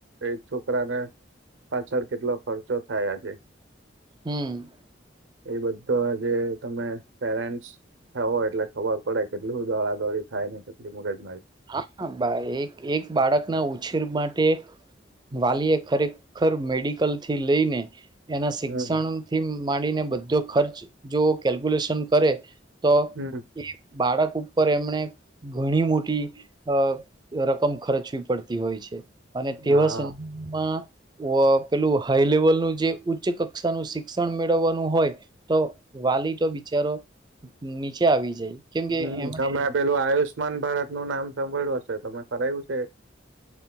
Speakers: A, on the right (about 85°); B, on the right (about 25°).
A: એક છોકરાને પાછળ કેટલો ખર્ચો થાય આજે.
B: હમ
A: એ બધો આજે તમે પેરેન્ટસ થવો એટલે ખબર પડે કેટલું દોડાદોડી થાય ને કેટલી મગજ
B: હા, બાઈ એક એક બાળકના ઉ ઉછેર માટે વાલીએ ખરેખર મેડિકલથી લઈને એના શિક્ષણથી
A: હમ
B: માંડીને બધો ખર્ચ જો કેલ્ક્યુલેશન કરે તો
A: હમ
B: એ બાળક ઉપર એમણે ઘણી મોટી અ રકમ ખર્ચવી પડતી હોય છે. અને તેવા
A: હા
B: સંગમાં વ પેલું હાઈ લેવલનું જે ઉચ્ચ-કક્ષાનું શિક્ષણ મેળવવાનું હોય તો વાલી તો બિચારો નીચે આવી જાય. કેમ કે
A: હમ
B: એમણે
A: તમે પેલું આયુષમાન ભારતનું નામ સાભળ્યું હશે. તમે કરાયવુ છે એ?